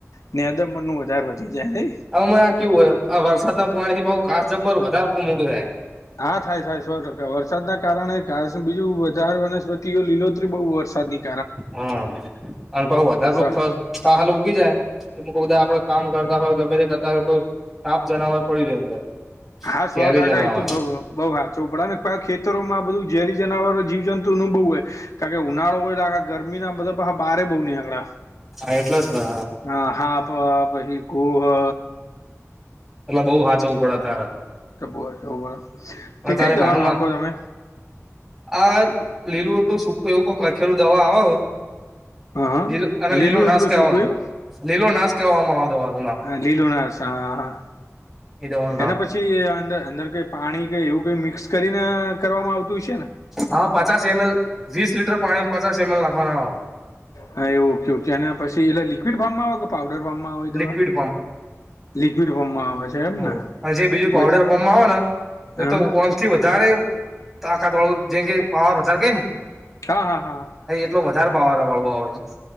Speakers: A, on the left; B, in the centre.
A: ને અદમ મણનું વધારે વધી જાય નહીં.
B: હમે આ કેવ હોય આ વરસાદ ના પાણી થી બ ઘાસ જબ્બર વધારે પુ મોડું છેાય.
A: હા થાય થાય સો ટકા વરસાદ ના કારણે ઘાસ બીજું વધારે વન્સપતિઓ લીલોતરી બહુ વરસાદ ની.
B: હમ અને ભ વધારે
A: સર
B: ખાલ ઉગી જાય. એ કો બધા આપડે કામ કરતા હોય ગમે કરતા હોય કોઈ સાફ જનાવર પડીયું રે અંદર.
A: હા સો
B: ઝેરી
A: ટકા
B: જનાવર
A: એ તો બઉ બઉ હાચુ પણ ને ખેતરોમાં બધું ઝેરી જનાવરો જીવ જંતુ. તુનુ બહુ હે કાકે ઉનાળો હોય તો ગરમી ના બધા હ બારે બહુ નેકળે.
B: હા એટલે જ ને
A: હા હા હાપ પહી કુ હ.
B: એટલે બઉ હાચવું પડે તારે.
A: <unintelligible> પડે
B: આ
A: તે
B: તારે
A: કઈ
B: નાનું
A: દવા નાખો
B: ના
A: તમે
B: આ લીલું એટલું સૂકું એવું કઈક લખેલું દવા આવે.
A: હ હ
B: લીલું અને
A: લીલું
B: લીલુ નાશ
A: એટલું
B: કેવાનું
A: સૂકું એમ
B: લીલો નાશ કવામાં આવેતો.
A: હા લીલુ નાસ હા હા
B: એ દવાનું નામ
A: એના પછી પછી અંદર અંદર કઈ પાણી કઈ એવું કઈ મિક્સ કરીને કરવામાં આવતું હોય છે ને?
B: હા પચાસ એમ એલ, વીસ લીટર પાણી પચાસ એમ એલ નાખવાનું આવે.
A: હા એ ઓકે ઓકે અને પછી એલે લિક્વિડ ફાર્મમાં આવે કે પાઉડર ફાર્મમાં આવે એ દવા?
B: લિક્વિડ
A: લિક્વિડ ફોર્માં આવે છે. એમ
B: હા
A: ને
B: અને જે બીજું પાવડર
A: બધી
B: ફોર્મમાં આવે ને
A: હા
B: એ તો ઓમ થી વધારે તો આકાાત વાળું જે કે પવાર હજાર કઈ ને.
A: હા હા હા.
B: એટલો વધારે પાવર વાળુ આવે છ.